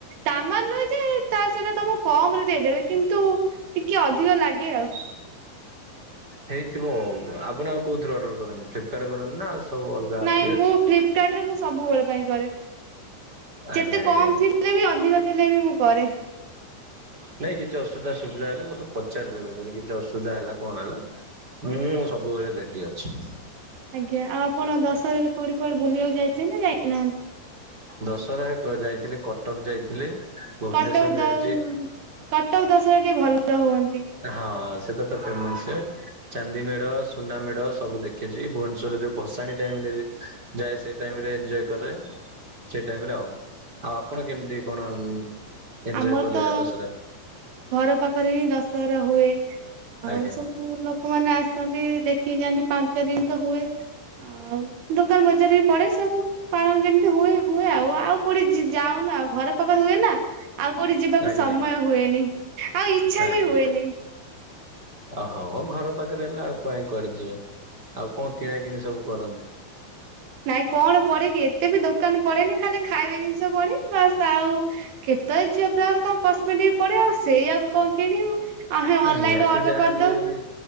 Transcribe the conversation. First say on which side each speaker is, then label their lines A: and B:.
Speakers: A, on the right (about 80°); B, on the right (about 25°).
A: ତା ମାନେ ନୁହେଁ ଯେ ତା ସେଇଟା ତମକୁ କମ୍ ରେ ଦେଇଦେବେ କିନ୍ତୁ ଟିକେ ଅଧିକ ଲାଗେ ଆଉ।
B: ହେଇଥିବ ଆଉ ଆପଣ ଆଉ କୋଉଥିରେ ଅର୍ଡର କରନ୍ତି ଫ୍ଲିପକାର୍ଟ କରନ୍ତି ନା ଆଉ ସବୁ ଅଲଗା ଆପ୍
A: ନାଇଁ
B: ବି
A: ମୁଁ
B: ଅଛି?
A: ଫ୍ଲିପକାର୍ଟ ରେ ମୁଁ ସବୁ ବେଳେ ପାଇଁ କରେ।
B: ଆଜ୍ଞା
A: ଯେତେ
B: ଆଜ୍ଞା
A: କମ୍ ଥିଲେ ବି ଅଧିକ ଥିଲେ ବି ମୁଁ କରେ।
B: ନାଇଁ କିଛି ଅସୁବିଧା ସୁବିଧା ହେଲେ ମତେ ପଚାରିଦେବେ ଯଦି କିଛି ଅସୁବିଧା ହେଲା କଣ ହେଲା। ମୁୁଁ ସବୁବେଳେ ରେଡି ଅଛି।
A: ଆଜ୍ଞା ଆଉ ଆପଣ ଦଶହରାରେ କୋଉଠି କୁଆଡ଼େ ବୁଲିବାକୁ ଯାଇଛନ୍ତି ନା ଯାଇନାହାନ୍ତି?
B: ଦଶହରାରେ କ ଯାଇଥିଲି କଟକ ଯାଇଥିଲି। ଭୁବନେଶ୍ଵର
A: କଟକ
B: ଯାଇଛି
A: ଦ-ଅ-ଅ-ଉ କଟକ ଦଶହରା ଟିକେ ଭଲ ହୁଅନ
B: ହଁ ସେଟା ତ ଫେମସେ। ଚାନ୍ଦି ମେଢ଼, ସୁନା ମେଢ଼ ସବୁ ଦେଖିଛି। ଭୁବନେଶ୍ଵରରେ ଯୋଉ ଭସାଣି ଟାଇମ୍ ବି ଯାଏ ସେଇ ଟାଇମ୍ ରେ ଏଞ୍ଜୋଏ କରେ ସେ ଟାଇମ୍ ରେ ଆଉ। ଆଉ ଆପଣ କେମତି କଣ ଏଯୋଏ
A: ଆମର
B: କଲେ
A: ତ
B: ଦଶହରା,
A: ଘର ପାଖ ପାଖରେ ହିଁ ଦଶହରା ହୁଏ ଆଉ
B: ଆଜ୍ଞା
A: ସବୁ ଲୋକମାନେ ଆସନ୍ତି ଦେଖିକି ଯାଆନ୍ତି। ପାଞ୍ଚ ଦିନ ତ ହୁଏ। ଆଉ ଦୋକାନ ବଜାର ବି ପଡ଼େ ସବୁ ପାଳନ ଯେମିତି ହୁଏ। ହୁଏ ଆଉ, ଆଉ କୋଉଠି ଜି ଯାଉନ ଆଉ ଘର ପାଖରେ ହୁଏ ନା। ଆଉ କୋଉଠି ଯିବାକୁ
B: ଆଜ୍ଞା
A: ସମୟ
B: ଆଜ୍ଞା
A: ହୁଏନି। ଆଉ ଇଚ୍ଛା
B: ଆଜ୍ଞା
A: ବି ହୁଏନି।
B: ଓହୋ ଘର ପାଖରେ ହେଲେ ଆଉ କାଇଁ କୁଆଡ଼େ ଯିବେ। ଆଉ କଣ କିଣା କିିଣି ସବୁ କରନ୍ତି?
A: ନାଇଁ କଣ ପଡେ କି ଏତେ ବି ଦୋ ଦୋକାନ ପଡ଼େନି ଖାଲି ଖାଇବା ଜିନିଷ ପଡ଼େ। ବାସ୍ ଆଉ କେତେ ଝିଅ ପିଲାଙ୍କର କଣ କସ୍ମେଟିକ ପଡ଼େ। ଅ ସେଇଆକୁ କଣ କିଣିବୁ ଆମେ
B: ଆ
A: ଅନଲାଇନ
B: ନିହାତି
A: ଅର୍ଡର
B: ଯାହା
A: କରିଦଉ।
B: ହେଲେ ବି